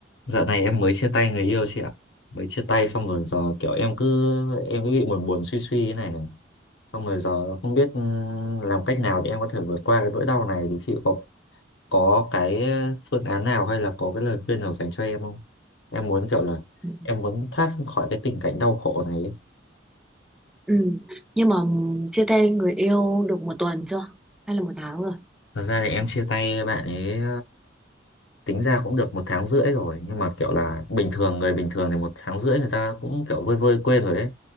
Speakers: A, on the left; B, in the centre.
A: Dạo này em mới chia tay người yêu chị ạ. Mới chia tay xong rồi giờ kiểu em cứ em cứ bị buồn buồn suy suy thế này này. Xong rồi giờ không biết ừm, làm cách nào để em có thể vượt qua cái nỗi đau này thì chị có có cái phương án nào hay là có cái lời khuyên nào dành cho em không? Em muốn kiểu là
B: Ừ.
A: em muốn thoát khỏi cái tình cảnh đau khổ này ấy.
B: Ừ. Nhưng mà ừ, chia tay người yêu được một tuần chưa? Hay là một tháng rồi?
A: Thật ra thì em chia tay bạn ấy tính ra cũng được một tháng rưỡi rồi nhưng mà kiểu là bình thường người bình thường thì một tháng rưỡi người ta cũng kiểu vơi vơi quên rồi ấy